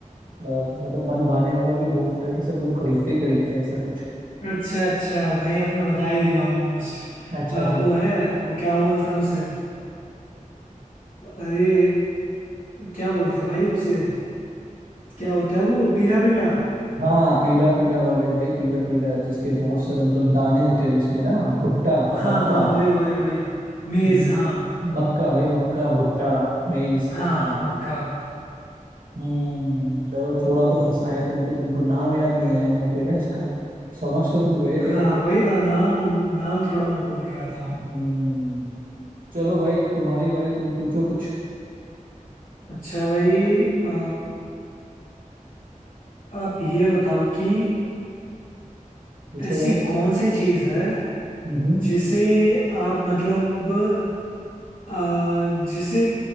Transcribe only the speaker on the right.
मतलब मन भाने वाला भी बहुत होता है कि सब लोग खरीदते ही खरीदते हैं ऐसा कुछ
अच्छा भाई
हाँ पीला पीला वाले भाई पीला पीला जिसके बहुत सारे मतलब दाने होते हैं जिसमें ना भुट्टा
मक्का
हम्म,
मक्का भाई मक्का भुट्टा मेस
हाँ
हम्म चलो थोड़ा तो फंसाया तुमको तुमको नाम याद नहीं आया मुंह पे ना इसका समझ तो तुम गए थे
बट
हम्म चलो भाई अब तुम्हारी बारी तुम पूछो कुछ
पूछो
भाई
हम्म